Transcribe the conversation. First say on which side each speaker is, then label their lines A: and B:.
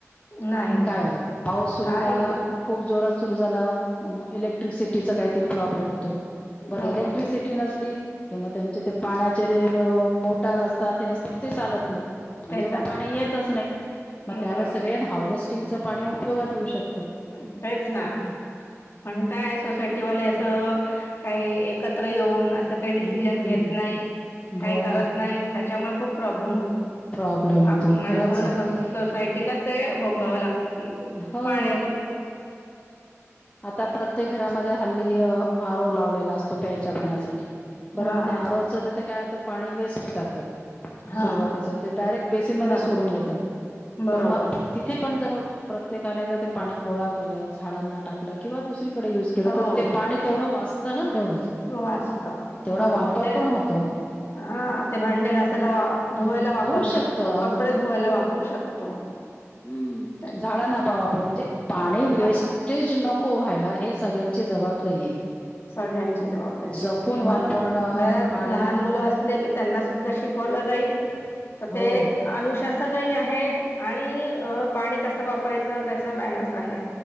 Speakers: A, on the left; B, on the left.
A: नाही नाही
B: काय पाऊस सुरू
A: काही
B: झाला
A: नाही
B: खुप जोरात? सुरु झाला मग इलेक्ट्रिसिटीचा काहीतरी प्रॉब्लेम होता. तो बर
A: हो
B: इलेक्ट्रिसिटी नसली, कि मग त्याच्या पाण्याचे तो मो टार असतात हे असतात ते चालत नाही म्हणजे
A: ते
B: मग
A: चालत
B: पाणी येतच नाही. मग
A: हम्म,
B: त्यावेळेस
A: बरोबर
B: रेन हार्वेस्टिंगच पाणी उपयोगात येऊ शकत.
A: ह तेच ना. पण काय सोसायटीवाले असं. काही एकत्र येऊन. अस काही
B: हम्म
A: डिसीजन घेत नाही, काही
B: हो ना
A: करत नाही, त्याच्यामुळे खूप प्रॉब्लेम होतो.
B: प्रॉब्लेम होतो
A: अ
B: खरंच
A: आणि पूर्ण
B: आहे
A: सोसायटीलाच ते भोगावं लागतं कि,
B: हो.
A: पाण्या
B: आता प्रत्येक घरामध्ये हल्ली- आरो लावलेला असतो. प्यायच्या पाण्यासाठी. बर
A: हा
B: मग ते आरोच तेथे काय होत? पाणी वेस्ट जातं.
A: हा
B: सुरुवातीचा ते डायरेक्ट बेसीन मध्येच
A: बरो
B: सोडून देतात,
A: बरोबर
B: मग तिथे पण जर प्रत्येकाने जर ते पाणी गोळा केलं झाडांना टाकलं किंवा दुसरी युज केलं
A: हो
B: त ते पाणी तेवढं वाचतं ना. तेवढं
A: वाचत
B: तेवढा
A: बरोबर
B: वापर
A: ते.
B: पण होतो
A: हा ते भांडे घासायला, धुवायला वापरू
B: होऊ शकतं
A: शकतो, कपडे धुवायला वापरू शकतो.
B: हं
A: त्या-
B: झाडांना आपण वापरूया
A: त्या-
B: म्हणजे पाणी वेस्टेज
A: झा
B: नको व्हायला हेच सगळ्यांची जबाबदारी आहे.
A: सगळ्यांची जबाबदारी...
B: जपून
A: इव्हन
B: वापरणं
A: घरात
B: पाणी
A: लहान मुलं अस. त्यांना सुद्धा शिकवल जाईल तर
B: हो
A: ते अनुशासन तेल हि आहे आणि पाणी कसं वापरायचं त्याचा मॅनर्स आहे.